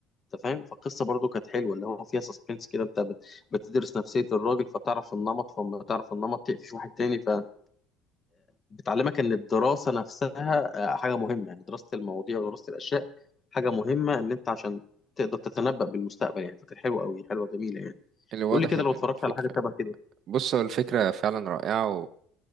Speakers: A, on the left (about 20°); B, on the right (about 35°).
A: انت فاهم فالقصة برضو كانت حلوة اللي هو فيها سسبنس كده انت ب- بتدرس نفسية الراجل فتعرف النمط فلما تعرف النمط تقفش واحد تاني ف بتعلمك ان الدراسه نفسها آه، حاجه مهمه يعني دراسه المواضيع ودراسه الاشياء حاجه مهمه ان انت عشان تقدر تتنبأ بالمستقبل يعني فكانت حلوه قوي حلوه جميله يعني
B: اللي واضح
A: قول لي كده
B: ان
A: لو اتفرجت
B: الفكرة
A: على حاجه شبه كده
B: بص هو الفكرة فعلا رائعة